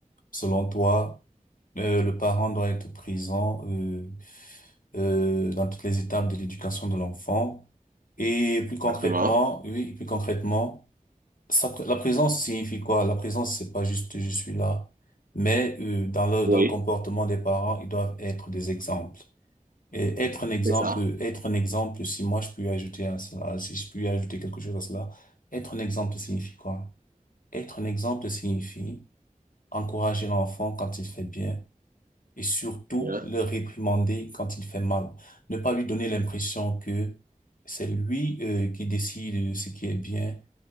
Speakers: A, on the left; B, on the right.
A: selon toi, euh, le parent doit être présent euh, euh, dans toutes les étapes de l'éducation de l'enfant. Et plus concrètement,
B: exactement.
A: oui, plus concrètement, Ça- la présence signifie quoi? La présence, c'est pas juste je suis là, mais euh, dans le
B: Oui,
A: dans le comportement des parents, ils doivent être des exemples. Et être un exemple,
B: c'est ça.
A: être un exemple, si moi je peux ajouter à cela, si je peux ajouter quelque chose à cela, être un exemple signifie quoi? Être un exemple signifie encourager l'enfant quand il fait bien et surtout
B: Bien,
A: le réprimander quand il fait mal. Ne pas lui donner l'impression que c'est lui euh, qui décide de ce qui est bien